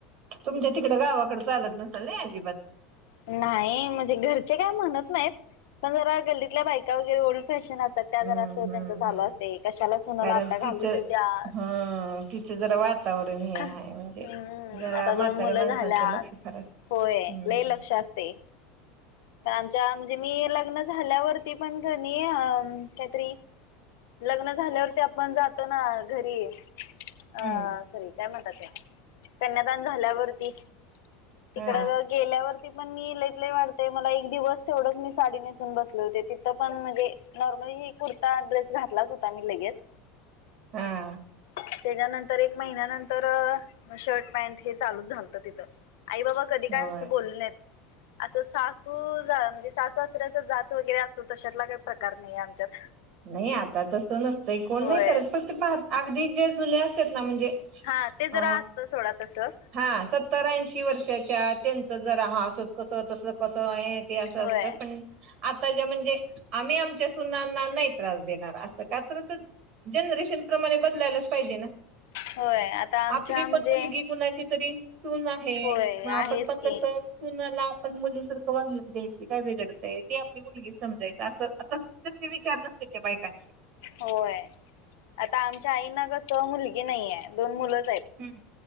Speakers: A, on the right; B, on the left.
A: तुमच्या तिकडं गावाकडे चालत नसाल ना अजिबात,
B: नाही म्हणजे घरचे काय म्हणत नाहीत पण जरा गल्लीतल्या बायका वगैरे ओर फॅशन असतात त्या
A: हम्म
B: जरा अस त्यांच
A: हम्म
B: चालू
A: हम्म
B: असते कशाला सुनला
A: कारण
B: आता घालू
A: तिचं
B: देत्यात.
A: हम्म तिचं जरा वातावरण हे
B: हम्म
A: आहे म्हणजे जरा
B: आता
A: म्हाताऱ्या
B: दोन मुलं
A: माणसांचं
B: झाल्यात.
A: लक्ष फार असत
B: होय
A: हम्म
B: लय लक्ष असतय, पण आमच्या म्हणजे मी लग्न झाल्यावरती पण कणी अ काहीतरी लग्न झाल्यावरती आपण जातो ना घरी ह
A: हम्म
B: सॉरी कन्यादान झाल्यावरती तिकडं
A: हा
B: जर गेल्यावर ती पण मी लईतलई वाटतंय मला एक दिवस तेवढच मी साडी नेसून बसले होते. तिथं पण म्हणजे नॉर्मल ही कुर्ता ड्रेस घातलाच होता मी लगेच
A: हम्म.
B: तेज्यानंतर एक महिन्यानंतर तर शर्ट पॅन्ट हे चालूच झालतं तिथं आई बाबा कधी
A: होय
B: काय असं बोलले नाहीत असं सासू जा म्हणजे सासू सासऱ्याच जाच वगैरे असतं तशातला काही प्रकार नाहीे आमच्यात.
A: नाही आता तस नसतंय कोण
B: होय
A: नाही करत प ते अगदी जे जुने असत्यात ना म्हणजे
B: हा ते जरा
A: अ
B: असतं सोडा तसं
A: हा सत्तर ऐशी वर्ष त्यांच जर ह असत कस त कस आहे ते अस
B: होय
A: असत पण आता ज म्हणजे आम्ही आमच्या सुनाना नाही त्रास देणार असं का तर जनरेशन प्रमाणे बदलायलाच पाहिजे ना
B: होय आता आमच्या
A: आपली
B: म्हणजे
A: पण मुलगी कुणाची तरी सून आहे
B: होय
A: मग आपण
B: आहेच
A: पण
B: की
A: तस सुनला मुली सारखं वागून द्यायची काय बिघडतय ती आपली मुलगी समजायच असं आ तसे विचार नसेल बायकांचे
B: होय आता आमच्या आईना कस मुलगी नाहीे दोन मुलं
A: हम्म